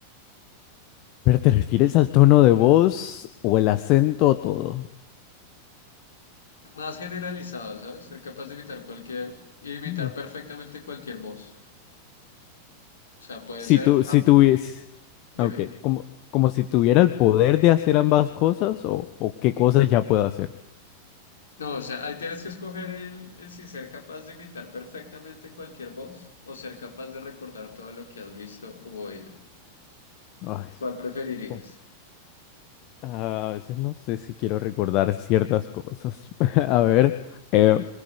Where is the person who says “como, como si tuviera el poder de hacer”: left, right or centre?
Left